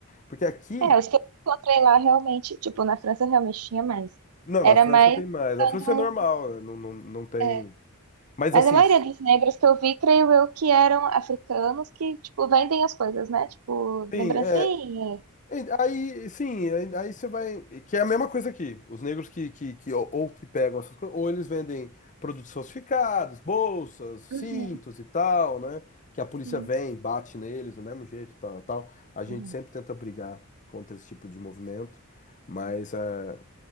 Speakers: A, on the left; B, on the right.
A: Porque aqui,
B: É, os que eu encontrei lá realmente, tipo, na França realmente tinha mais.
A: não,
B: Era
A: na França
B: mais
A: tem mais. Na
B: quando.
A: França é normal, né? Não, não, não tem.
B: é,
A: Mas
B: Mas
A: assim,
B: a maioria dos negros que eu vi, creio eu, que eram africanos que, tipo, vendem as coisas, né? Tipo,
A: sim,
B: lembrancinha.
A: é, Aí, sim, aí aí você vai. Que é a mesma coisa aqui. Os negros que, que, que ou, ou que pegam essas coisas, ou eles vendem produtos falsificados, bolsas, cintos
B: Uhum,
A: e tal, né? Que a polícia
B: Sim.
A: vem, bate neles do mesmo jeito, tal, tal. A gente
B: Uhum.
A: sempre tenta brigar contra esse tipo de movimento, mas é,